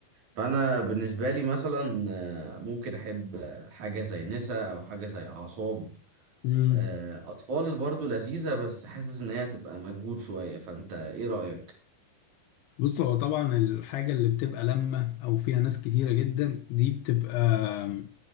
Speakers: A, on the right (about 45°); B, on the left (about 85°).
A: فانا بالنسبة لي مثلا آه، ممكن احب آه، حاجة زي نسا او حاجة زي اعصاب
B: مم.
A: آه، أطفال برضو لذيذة بس حاسس إن هي هتبقى مجهود شوية فأنت إيه رأيك؟
B: بص هو طبعا الحاجه اللي بتبقى لما او فيها ناس كتيره جدا دي بتبقى